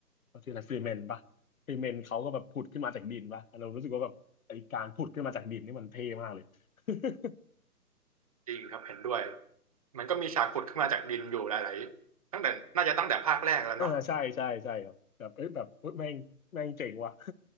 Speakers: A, on the left (about 60°); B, on the right (about 25°).
A: เขาชื่ออะไรฟรีเมนปะฟรีเมนเขาก็แบบผุดขึ้นมาจากดินปะเรารู้สึกว่าแบบไอ้การผุดขึ้นมาจากดินนี่มันเท่มากเลย <laughs>
B: จริงครับเห็นด้วย มันก็มีฉากขุดขึ้นมาจากดินอยู่หลายๆตั้งแต่น่าจะตั้งแต่ภาคแรกแล้วเนาะ
A: อ่าใช่ใช่ใช่ครับแบบเอ้ยแบบเฮ้ยแม่งแม่งเจ๋งว่ะ